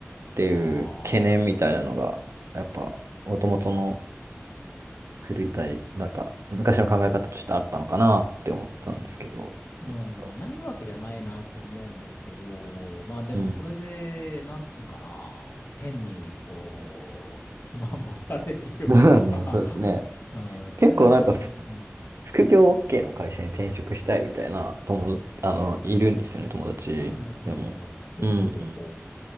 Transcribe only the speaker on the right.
っていう懸念みたいなのが、
やっぱ、もともとの古い体、なんか、昔の考え方としてあったのかなって思ったんですけど、
どうなんだろ
ううん。<laughs>
まあね、そうですね。
結構なんか
副業 OK の会社に転職したいみたいな友達、あの、いるんですよね、友達でも。
うん。なん